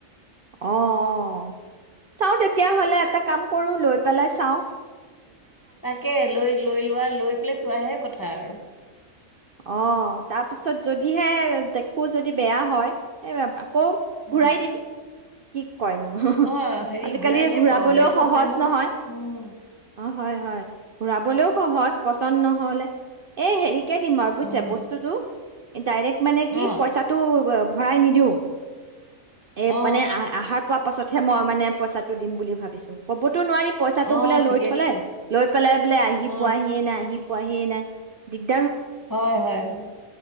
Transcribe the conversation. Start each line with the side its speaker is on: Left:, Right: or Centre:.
Right: অ', অ', চাওঁ তেতিয়াহলে এটা কাম কৰোঁ লৈ পেলাই চাওঁ।
Left: তাকে লৈ লৈ লোৱা লৈ পেলাই চোৱাহে কথা। বাৰু।
Right: অ তাৰপিছত যদিহে দেখোঁ যদি বেয়া হয় এ আকৌ
Left: উম
Right: ঘূৰাই দিম। কি। কয় ন
Left: অ হেৰি
Right: আজিকালি
Left: ঘূৰাই দিয়া
Right: ঘুৰাবলৈও
Left: প- হেৰিটো
Right: সহজ
Left: আছে
Right: নহয়
Left: উম
Right: অ হয় হয় ঘুৰাবলৈও সহজ বস্তু। ৰিটাৰ্ণ নহ'লে। এই হেৰি কে দিম আৰু
Left: উম
Right: বুজিছে বস্তুটো। এ ডাইৰেক্ট। কি মানে
Left: অ
Right: পইচাটো অ ভৰাই নিদিওঁ। এ
Left: অ
Right: মানে আহাৰ পা। তাৰপাছতহে মই মানে পইচাটো দিম বুলি ভাবিছোঁ হ'বটো। কবটো নোৱাৰি পইচাটো
Left: অ
Right: বোলে
Left: ঠিকে
Right: লৈ থ'লে,
Left: ঠিকে
Right: লৈ পেলাই বোলে আহি
Left: অ
Right: পোৱাহিয়ে নাই আহি পোৱাহিয়ে নাই ডিগ-
Left: হয় হয় হয়